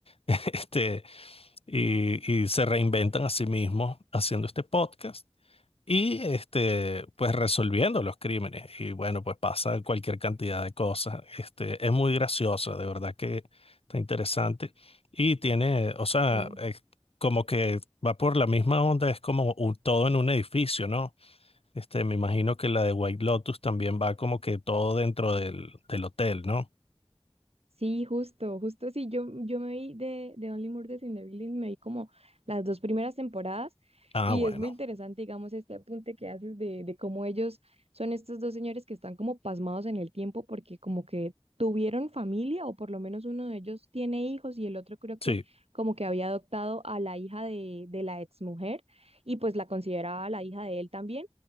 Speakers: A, on the left; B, on the right.
A: <laughs> Este, y, y se reinventan a sí mismos haciendo este podcast y este, pues resolviendo los crímenes. Y bueno, pues pasa cualquier cantidad de cosas. Este, es muy graciosa, de verdad que está interesante. Y tiene, o sea,
B: sí.
A: es como que va por la misma onda, es como un, todo en un edificio, ¿no? Este, me imagino que la de White Lotus también va como que todo dentro del, del hotel, ¿no?
B: Sí, justo, justo sí. Yo, yo me vi de, de Only Murders in the Building, me vi como las dos primeras temporadas
A: Ah,
B: y
A: bueno.
B: es muy interesante, digamos, este apunte que haces de, de cómo ellos son estos dos señores que están como pasmados en el tiempo porque como que tuvieron familia o por lo menos uno de ellos tiene hijos y el otro creo que
A: Sí,
B: como que había adoptado a la hija de, de la exmujer y pues la consideraba la hija de él también